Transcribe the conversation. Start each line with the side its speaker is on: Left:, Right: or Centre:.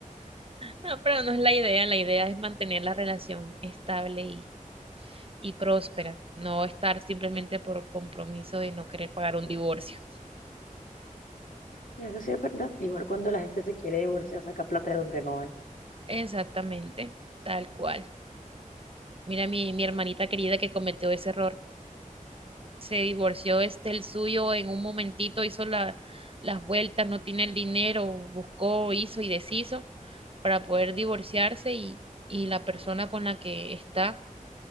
Right: No, pero no es la idea. La idea es mantener la relación estable y, y próspera. No estar simplemente por compromiso de no querer pagar un divorcio.
Left: Eso sí es verdad. Igual cuando la gente se quiere divorciar, saca plata de donde no hay.
Right: Exactamente, tal cual. Mira mi, mi hermanita querida que cometió ese error. se divorció este el suyo en un momentito, hizo la, las vueltas, no tiene el dinero, buscó, hizo y deshizo para poder divorciarse y, y la persona con la que está